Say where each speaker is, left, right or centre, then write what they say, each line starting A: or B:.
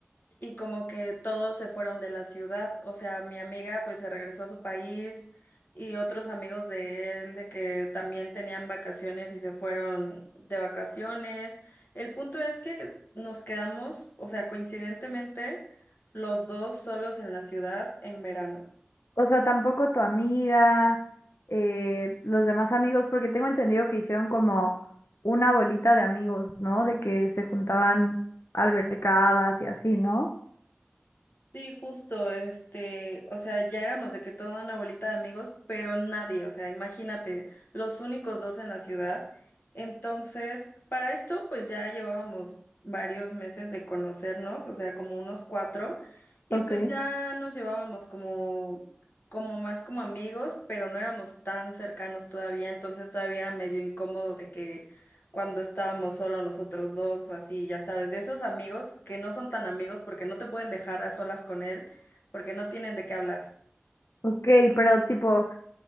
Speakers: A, on the left; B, on the left.
A: y como que todos se fueron de la ciudad. O sea, mi amiga pues se regresó a su país y otros amigos de él de que también tenían vacaciones y se fueron de vacaciones. El punto es que nos quedamos, o sea, coincidentemente, los dos solos en la ciudad en verano.
B: O sea, tampoco tu amiga, eh, los demás amigos, porque tengo entendido que hicieron como una bolita de amigos, ¿no? De que se juntaban albercadas y así, ¿no?
A: Sí, justo, este, o sea, ya éramos de que toda una bolita de amigos, pero nadie, o sea, imagínate, los únicos dos en la ciudad. Entonces, para esto, pues ya llevábamos varios meses de conocernos, o sea, como unos cuatro, y
B: Ok.
A: pues ya nos llevábamos como, como más como amigos, pero no éramos tan cercanos todavía, entonces todavía era medio incómodo de que cuando estábamos solo nosotros dos o así, ya sabes, de esos amigos que no son tan amigos porque no te pueden dejar a solas con él, porque no tienen de qué hablar.
B: Ok, pero tipo,